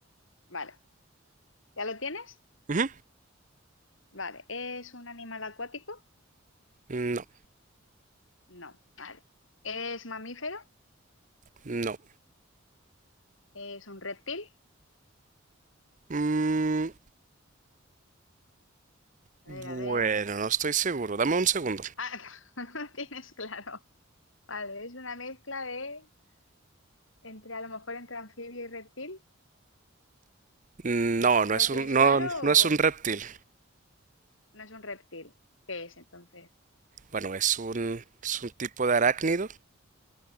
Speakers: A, on the left; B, on the right.
A: Vale, ¿ya lo tienes?
B: Ujú.
A: Vale, ¿es un animal acuático?
B: No,
A: No, vale. ¿Es mamífero?
B: no.
A: ¿Es un reptil?
B: Mm,
A: A
B: bueno,
A: ver, a ver.
B: no estoy seguro. Dame un segundo.
A: Ah, <laughs> no lo tienes claro. Vale, es una mezcla de entre a lo mejor entre anfibio y reptil.
B: No,
A: ¿No
B: no es
A: lo tienes
B: un, no,
A: claro
B: no
A: o
B: es un reptil.
A: no es un reptil? ¿Qué es entonces?
B: Bueno, es un, es un tipo de arácnido.